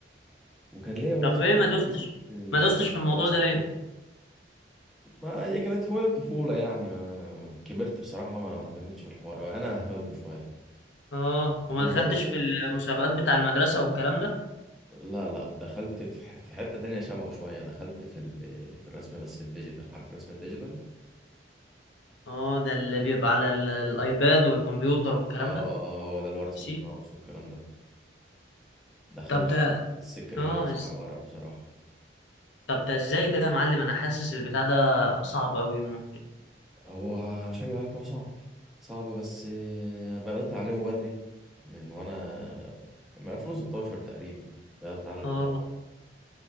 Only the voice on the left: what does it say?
طب
ايه ما دوستش
ما دوستش
في الموضوع
ده ليه
اه وما
دخلتش في المسابقات بتاع المدرسة والكلام ده
اه ده اللي بيبقى على ال- الايباد والكمبيوتر والكلام
ده
ماشي
طب ده
اه
إز-
طب ده ازاي ده يا معلم انا حاسس البتاع ده صعب قوي ممكن
اه